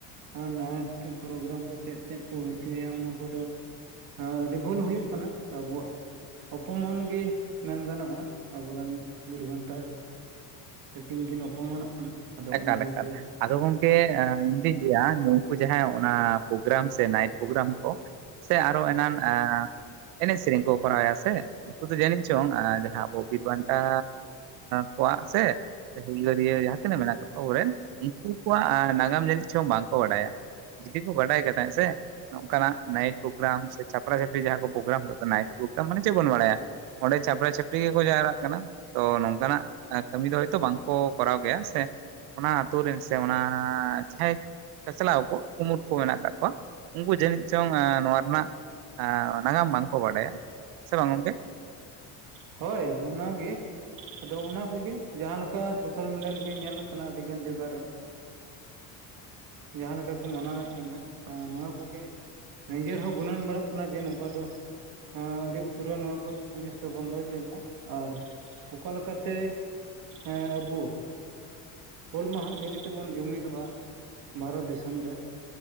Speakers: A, on the right; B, on the right.
A: ᱟᱨ ᱱᱟᱭᱤᱴ ᱯᱨᱳᱜᱨᱟᱢ ᱠᱚ ᱪᱮᱫ ᱛᱮᱫ ᱠᱚ ᱦᱩᱭ ᱦᱚᱪᱚ ᱭᱟ ᱚᱱᱟ ᱠᱚᱫᱚ ᱟᱹᱰᱤ ᱵᱷᱩᱞ ᱦᱩᱭᱩᱜ ᱠᱟᱱᱟ ᱟᱵᱚ ᱣᱟᱜ ᱚᱯᱚ ᱢᱟᱱ ᱜᱮ ᱢᱮᱱ ᱜᱟᱱᱚᱜᱼᱟ᱾ ᱟᱵᱚ ᱨᱮᱱ ᱵᱤᱨᱵᱷᱟᱱᱴᱟ ᱛᱟᱹᱠᱤᱱ ᱠᱤᱱ ᱚᱯᱚᱢᱟᱱᱚᱜ ᱠᱟᱱᱟ᱾ ᱟᱫᱚ
B: ᱮᱠᱟᱞ
A: ᱚᱱᱟ ᱤᱭᱟᱹᱛᱮ
B: ᱮᱠᱟᱞ ᱟᱫᱚ ᱜᱚᱝᱠᱮ ᱴᱷᱤᱠ ᱜᱮᱭᱟ ᱱᱩᱠᱩ ᱡᱟᱦᱟᱸᱭ ᱚᱱᱟ ᱯᱨᱳᱜᱨᱟᱢ ᱥᱮ ᱱᱟᱭᱤᱴ ᱯᱨᱳᱜᱨᱟᱢ ᱠᱚ ᱥᱮ ᱟᱨᱚ ᱮᱱᱟᱱ <unintelligible> ᱮᱱᱮᱡ ᱥᱮᱨᱮᱧ ᱠᱚ ᱠᱚᱨᱟᱣ ᱮᱜ ᱟ ᱥᱮ ᱩᱱᱠᱩ ᱫᱚ ᱡᱟᱹᱱᱤ ᱪᱚᱝ ᱡᱟᱦᱟᱸ ᱟᱵᱚ ᱵᱤᱨ ᱵᱟᱱᱴᱟ ᱠᱚᱣᱟᱜ ᱥᱮ ᱦᱩᱞ ᱜᱤᱹᱨᱭᱟᱹ <unintelligible> ᱛᱤᱱᱟᱹᱜ ᱢᱮᱱᱟᱜ ᱠᱟᱜ ᱠᱚᱣᱟ ᱟᱵᱚ ᱨᱮᱱ ᱩᱱᱠᱩ ᱠᱚᱣᱟᱜ ᱱᱟᱜᱟᱢ ᱡᱟᱱᱤᱡ ᱪᱚᱝ ᱵᱟᱝᱠᱚ ᱵᱟᱰᱟᱭᱟ᱾ ᱡᱩᱫᱤ ᱠᱚ ᱵᱟᱰᱟᱭ ᱠᱟ ᱛᱟᱦᱮᱸᱫ ᱥᱮ, ᱱᱚᱝᱠᱟ ᱱᱟᱜ ᱱᱟᱭᱤᱴ ᱯᱨᱳᱜᱨᱟᱢ ᱥᱮ ᱪᱷᱟᱯᱨᱟ ᱪᱟᱹᱯᱟᱹᱨᱤ ᱡᱟᱦᱟᱸ ᱠᱚ ᱯᱨᱳᱜᱨᱟᱢ ᱦᱩᱭᱩᱜ ᱠᱟᱱᱟ ᱱᱟᱭᱤᱴ ᱯᱨᱳᱜᱨᱟᱢ ᱢᱟᱱᱮ ᱪᱮᱫ ᱵᱚᱱ ᱵᱟᱲᱟᱭᱟ, ᱚᱸᱰᱮ ᱪᱷᱟᱯᱨᱟ ᱪᱷᱟᱯᱨᱤ ᱜᱮᱠᱚ ᱡᱟᱣᱨᱟᱜ ᱠᱟᱱᱟ ᱛᱚ ᱱᱚᱝ ᱠᱟᱱᱟᱜ ᱠᱟᱹᱢᱤ ᱫᱚ ᱦᱳᱭ ᱛᱚ ᱵᱟᱝ ᱠᱚ ᱠᱚᱨᱟᱣ ᱜᱮᱭᱟ᱾ ᱚᱱᱟ ᱟᱹᱛᱳ ᱨᱮᱱ ᱥᱮ ᱚᱱᱟ ᱡᱟᱦᱟᱸᱭ ᱪᱟᱪᱞᱟᱣ ᱠᱚ ᱠᱩᱢᱩᱴ ᱠᱚ ᱢᱮᱱᱟᱜ ᱟᱠᱟᱫ ᱠᱚᱣᱟ ᱩᱱᱠᱩ ᱡᱟᱹᱱᱤᱡ ᱪᱚᱝ ᱱᱚᱣᱟ ᱨᱮᱱᱟᱜ ᱱᱟᱜᱟᱢ ᱵᱟᱝ ᱠᱚ ᱵᱟᱰᱟᱭᱟ, ᱥᱮ ᱵᱟᱝ ᱜᱚᱝᱠᱮ?
A: ᱦᱳᱭ ᱚᱱᱟ ᱜᱮ᱾ ᱟᱫᱚ ᱚᱱᱟ ᱠᱚ ᱜᱮ ᱡᱟᱦᱟᱸ ᱞᱮᱠᱟ ᱥᱳᱥᱟᱞ ᱢᱤᱰᱤᱭᱟ ᱨᱮ ᱜᱮ ᱧᱮᱞ ᱟᱠᱟᱱᱟ ᱟᱹᱰᱤ ᱜᱟᱱ ᱡᱟᱭᱜᱟ ᱨᱮᱜᱮ ᱡᱟᱦᱟᱸ ᱞᱮᱠᱟ ᱠᱚ ᱢᱟᱱᱟᱣ ᱮᱜ ᱠᱟᱱᱟ ᱱᱚᱣᱟ ᱠᱚ ᱜᱮ ᱱᱤᱡᱮᱨ ᱦᱚᱸ ᱜᱩᱱᱟᱹᱱ ᱵᱟᱲᱟᱜ ᱠᱟᱱᱟ ᱡᱮ ᱱᱚᱝᱠᱟ ᱫᱚ ᱟᱹᱰᱤ ᱩᱥᱟᱹᱨᱟ ᱱᱚᱣᱟ ᱠᱚ ᱡᱤᱱᱤᱥ ᱫᱚ ᱵᱚᱱ ᱫᱚ <unintelligible> ᱟᱨ ᱚᱠᱟ ᱞᱮᱠᱟᱛᱮ, ᱦᱮᱸ ᱟᱵᱩ ᱦᱩᱞ ᱢᱟᱦᱟ ᱤᱫᱤ ᱠᱟᱛᱮᱜ ᱵᱚᱱ ᱡᱩᱢᱤᱫᱚᱜᱼᱟ᱾ ᱵᱷᱟᱨᱚᱛ ᱫᱤᱥᱚᱢ ᱨᱮ